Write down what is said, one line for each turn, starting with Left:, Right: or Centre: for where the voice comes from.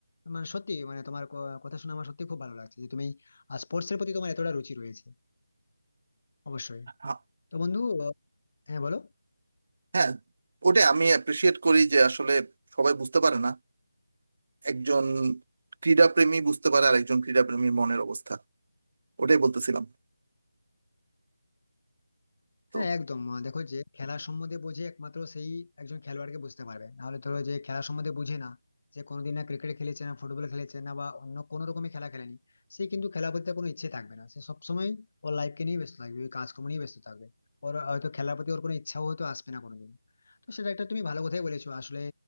Left: মানে সত্যি মানে তোমার ক- কথা শুনে আমার সত্যি খুব ভালো লাগছে যে তুমি স্পোর্টস এর প্রতি তোমার এতটা রুচি রয়েছে অবশ্যই
Right: আ-
Left: তো বন্ধু আহ, হ্যাঁ বলো
Right: হ্যাঁ ওটাই আমি অ্যাপ্রিসিয়েট করি যে আসলে সবাই বুঝতে পারে না একজন ক্রীড়া প্রেমী বুঝতে পারে আর একজন ক্রীড়া প্রেমীর মনের অবস্থা ওটাই বলতেছিলাম তো
Left: হ্যাঁ একদম আহ, দেখো যে খেলা সম্বন্ধে বোঝে একমাত্র সেই একজন খেলোয়াড়কে বুঝতে পারবে নাহলে ধরো যে খেলা সম্বন্ধে বুঝে না যে কোনোদিন না ক্রিকেট খেলেছে না ফুটবল খেলেছে না বা অন্য কোনো রকমের খেলা খেলেনি সে কিন্তু খেলা প্রতি তার কোনো ইচ্ছে থাকবে না সে সবসময় ওর লাইফকে নিয়ে ব্যস্ত থাকবে ওই কাজকর্ম নিয়ে ব্যস্ত থাকবে ওর হয়তো খেলার প্রতি ওর কোনো ইচ্ছাও হয়তো আসবে না কোনোদিন তো সেটা একটা তুমি ভালো কথাই বলেছো আসলে